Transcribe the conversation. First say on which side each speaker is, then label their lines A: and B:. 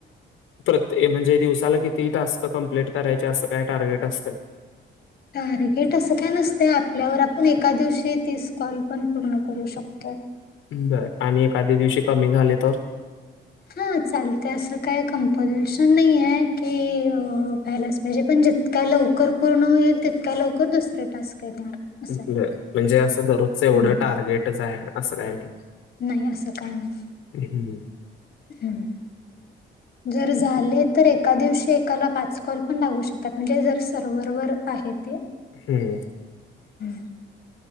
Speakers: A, on the left; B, on the left.
A: प्रत्ये म्हणजे दिवसाला किती टास्क कंप्लीट करायचे असं काय टार्गेट असतय?
B: टार्गेट असं काय नसतय. आपल्यावर आपण एका दिवशी तीच कॉल पण पूर्ण करू शकतोय.
A: बरं आणि एखाद्या दिवशी कमी झाले तर?
B: हा चालत असं काय कंपल्शन नाही आहे की म्हणजे पण जितक्या लवकर पूर्ण होईल, तितक्या लवकर दुसरे टास्क येणार. असं
A: बर म्हणजे असं दररोजचं
B: हं.
A: एवढं
B: आहे
A: टार्गेटच आहे असं काही नाही.
B: नाही असं काही नाही.
A: <inaudible>
B: हम्म जर झाले
A: ठीक आहे.
B: तर एका दिवशी एकाला पाच कॉल पण लागू शकतात म्हणजे जर सर्वर वर आहे ते.
A: हम्म.
B: हम्म.